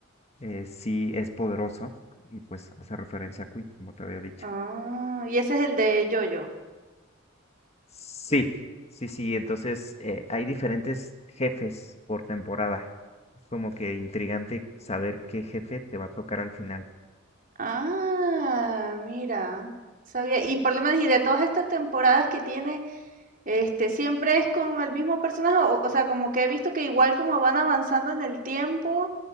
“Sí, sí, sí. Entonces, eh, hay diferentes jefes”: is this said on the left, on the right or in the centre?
Left